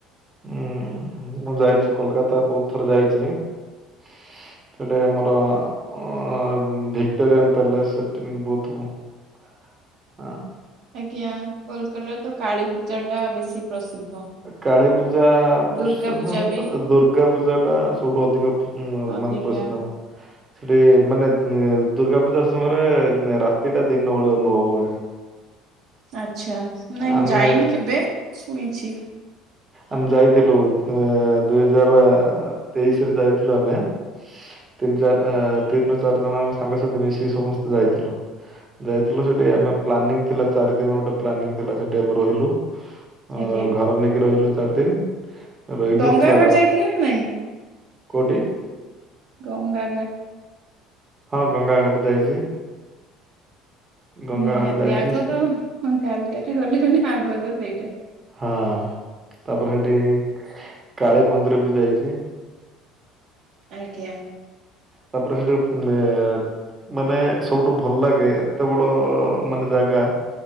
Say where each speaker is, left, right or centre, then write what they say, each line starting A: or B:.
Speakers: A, on the right (about 25°); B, on the right (about 60°).
A: ହୁଁ ମୁଁ ଯାଇଛି କୋଲକାତା ବହୁତ ଥର ଯାଇଚି। ସେଠି ଆମର ଆଁ ଭିକ୍ଟୋରିଆନ୍ ପ୍ୟାଲେସ ସେଠି ବହୁତ ଥର। <inaudible>
B: ଆଜ୍ଞା ତ କାଳୀପୂଜା ବେଶୀ ପ୍ରସିଦ୍ଧ।
A: କାଳୀ ପୂଜା <unintelligible>
B: ଦୁର୍ଗା ପୂଜା ବି
A: ଟଦୁର୍ଗା ପୂଜା ଟା ସବୁଠୁ ଅଧିକ
B: ଅଧିକା
A: ମାନେ ପ୍ରସିଦ୍ଧ। ସେଠି ମାନେ ଦୁର୍ଗା ପୂଜା ସମୟରେ ରାତିଟା ଦିନ ଭଳି ଅନୁଭବ ହୁଏ।
B: ଆଚ୍ଛା ନାଇଁ ମୁଁ
A: ଆମେ
B: ଯାଇନି କେବେ ଶୁଣିଚି।
A: ଆମେ ଯାଇଥିଲୁ, ଆଁ ଦୁଇହଜାର ତେଇଶରେ ଯାଇଥିଲୁ ଆମେ ତିନି ଚାରି ଆ ତିନିରୁ ଚାରି ଜଣ ଆମ ସାଙ୍ଗସାଥି ମିଶିକି ସମସ୍ତେ ଯାଇଥିଲୁ। ଯାଇଥିଲୁ ସେଠିକି ଆମେ ପ୍ଲାନିଂ ଥିଲା, ଚାରି ଦିନ ଗୋଟେ ପ୍ଲାନିଂ ଥିଲା ସେଠି ଆମେ ରହିଲୁ ଅ
B: ଆଜ୍ଞା।
A: ଘର ନେଇକି ରହିଲୁ ଗୋଟେ ଦିନ ରହିକି
B: ଗଙ୍ଗା
A: ପୁରା
B: ଘାଟ
A: ରାତି,
B: ଯାଇଥିଲେ ନା ନାଇଁ?
A: କୋଉଠି?
B: ଗଙ୍ଗା ଘାଟ।
A: ହଁ ଗଙ୍ଗା ଘାଟ ଯାଇଛି। ଗଙ୍ଗା
B: ନିହାତି
A: ଘାଟ ଯାଇଛି
B: ଆଗ
A: ସେଠି
B: ତ କାଲକାଟା ଗଲେ ମାନେ, ଆଗ ତ ସେଇଟା।
A: ହଁ ତାପରେ ହେଠି କାଳୀ ମନ୍ଦିର ବି ଯାଇଛି।
B: ଆଜ୍ଞା
A: ତାପରେ ସେ ଯୋଉ ଏ ମାନେ ସବୁଠୁ ଭଲ ଲାଗେ, ଏତେ ବଡ ମାନେ ଜାଗା,